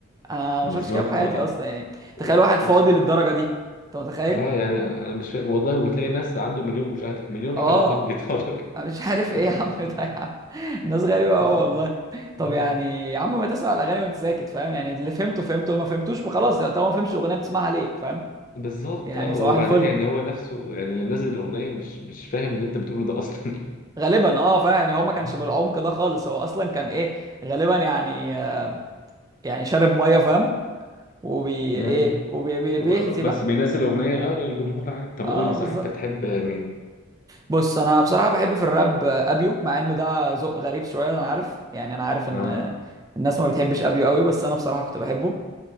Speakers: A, on the right; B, on the left.
A: انا
B: بالظبط
A: ما شفتش كده في حياتي
B: اه
A: اصلا يعني
B: و-
A: تخيل واحد
B: و-
A: فاضي للدرجه دي انت متخيل
B: اه يعني انا أنا مش فاهم والله وتلاقي ناس عنده مليون مشاهده مليون
A: اه
B: واحد عبيط بيتفرج
A: أنا مش عارف ايه
B: <laughs>
A: يا عم ده يا عم <laughs> الناس غريبة قوي
B: بالظبط
A: والله طب
B: اه
A: يعني يا عم ما تسمع الأغاني وأنت ساكت فاهم يعني اللي فهمته فهمته ما فهمتوش خلاص يعني طالما ما فهمتش أغنية بتسمعها ليه فاهم
B: بالظبط
A: يعني
B: اه
A: صباح
B: وبعدين
A: الفل
B: يعني هو نفسه يعني اللي نزل الاغنيه مش مش فاهم اللي انت بتقوله ده اصلا
A: غالبا اه فاهم يعني هو ما كانش
B: <laughs>
A: بالعمق ده خالص هو أصلا كان ايه غالبا يعني يعني شارب مية فاهم وبي
B: ايوه
A: ايه وبيهزي
B: هو- بس
A: بقى
B: بينزل اغنيه اه للجمهور عادي طب
A: اه
B: قول لي صحيح
A: بالظبط
B: انت بتحب مين
A: بص انا بصراحة بحب في الراب ابيو مع ان ده ذوق غريب شوية انا عارف يعني انا عارف ان
B: اه
A: الناس ما بتحبش ابيو قوي بس انا بصراحة كنت بحبه